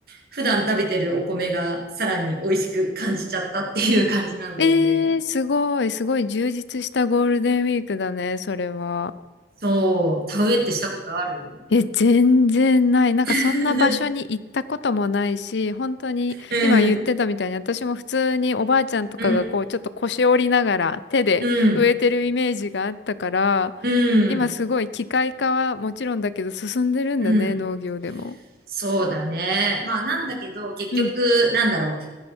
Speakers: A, on the right; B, on the left.
A: 普段食べてるお米がさらに美味しく感じちゃったっていう感じなんだよね。
B: えー、すごい、すごい充実したゴールデンウィークだね、それは。
A: そう。田植えってしたことある
B: え、全然ない。なんかそんな場所に行ったこともないし、
A: <laughs>
B: 本当に今言ってたみたいに私も普通におばあちゃんとかがこうちょっと腰折りながら手で植えてるイメージがあったから、
A: うん。うん。うん。う
B: 今すごい機械化はもちろんだけど進んでるんだね、
A: ん。うん。
B: 農業でも。
A: そうだね。まあ、なんだけど、結局、
B: うん。
A: なんだろう。